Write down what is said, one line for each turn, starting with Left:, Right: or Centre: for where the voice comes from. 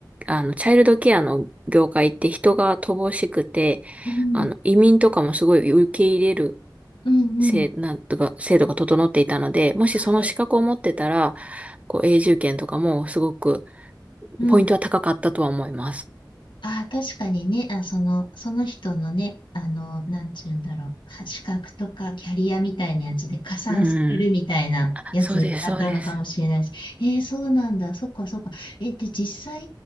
Right: あの、チャイルドケアの業界って人が乏しくて、
Left: うん、うん、
Right: あの、移民とかもすごい受け入れる
Left: うん、
Right: 制、
Left: うん。
Right: なんとか、制度が整っていたので、もしその資格を持ってたら、
Left: はい。
Right: こう、永住権とかもすごく、
Left: うん。
Right: ポイントは高かったとは思います。
Left: ああ、確かにね、あ、その、その人のね、あの、なんちゅうんだろう、は資格とかキャリアみたいなやつで加算するみたいなやつだったのかもしれないし、
Right: うん。そうです、そうです。
Left: えー、そうなんだ、そっかそっか。えーで、実際、